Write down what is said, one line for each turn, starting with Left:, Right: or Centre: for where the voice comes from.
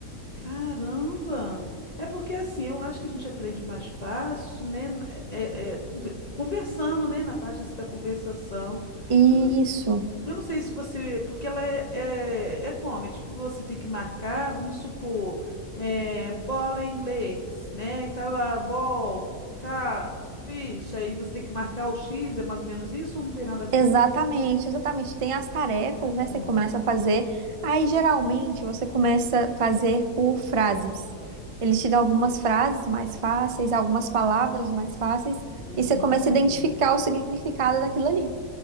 Left: Caramba! É porque assim, eu acho que a gente aprende mais fácil, né? é- é, é, de- conversando, né? Na parte assim, da conversação.
Right: Isso.
Left: Eu não, eu não sei se você. Porque ela é, é, é como? É tipo, você tem que marcar, vamos supor, é, bola em inglês, né? E tá lá, ball, car, fish. Aí você tem que marcar o X, é mais ou menos isso ou não tem nada a ver?
Right: Exatamente, exatamente. Tem as tarefas, né? Você
Left: Hum.
Right: começa a fazer. Aí, geralmente, você começa a fazer por frases. Ele te dá algumas frases mais fáceis, algumas palavras mais fáceis,
Left: Hum.
Right: e você começa a identificar o significado daquilo ali.